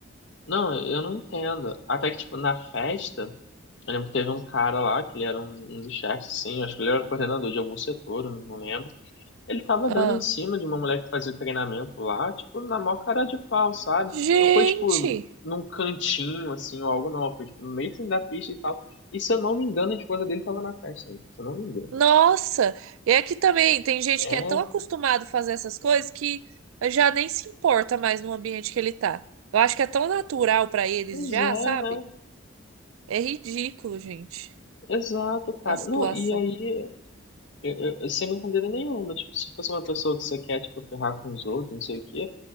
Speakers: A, on the left; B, on the right.
A: Não, eu não entendo. Até que, tipo, na festa, eu lembro que teve um cara lá, que ele era um, um dos chefes, assim, acho que ele era coordenador de algum setor, eu não lembro. Ele tava
B: Ah,
A: dando em cima de uma mulher que fazia treinamento lá, tipo, na maior cara de pau, sabe?
B: gente!
A: Não foi, tipo, num cantinho, assim, ou algo, não. Foi, tipo, no meio assim, da pista e tal. E se eu não me engano, a esposa dele tava na festa, se eu não me engano.
B: Nossa, E é que também tem gente
A: É,
B: que é tão acostumado a fazer essas coisas que já nem se importa mais no ambiente que ele tá. Eu acho que é tão natural pra eles
A: pois
B: já,
A: é,
B: sabe?
A: né?
B: É ridículo, gente,
A: Exato, cara.
B: a situação.
A: Não, e aí Eu, eu, sem brincadeira nenhuma, tipo, se fosse uma pessoa que você quer, tipo, ferrar com os outros, não sei o quê,